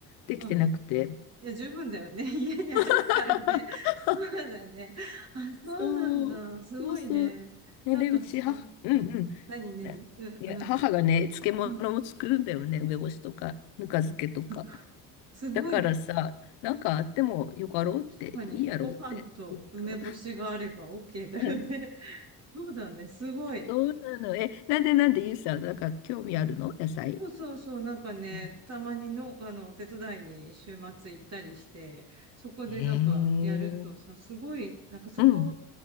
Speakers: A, on the left (about 75°); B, on the right (about 40°).
A: できてなくて。
B: あ、いいや、十分だよね。<laughs> 家にあるからね。
A: <laughs>
B: そうだね。あ、そうなんだ。
A: そう、
B: すごいね。
A: そうそう。ね、
B: なんかさ、
A: で、うち、は、うんうん。
B: 何、何うん、
A: ね、いや、
B: うん、
A: 母がね、漬物も作るんだよね、
B: うん。
A: 梅干しとか、ぬか漬けとか。
B: すごい。すごいね。
A: だからさ、なんかあってもよかろうって、
B: 確かに、
A: いいやろうって、
B: ご飯と梅干しがあれば
A: ずっと。
B: OK だよね。
A: うん
B: <laughs> そうだね、すごい。
A: そうなの。え、なんでなんで、ゆうさん、なんか興味あるの野菜。
B: そうそうそう、なんかね、
A: うん
B: たまに農家のお手伝いに週末行ったりして、そこでなんかやるとさ、
A: へえ。うん、
B: すごい、なんかそこ、
A: うん、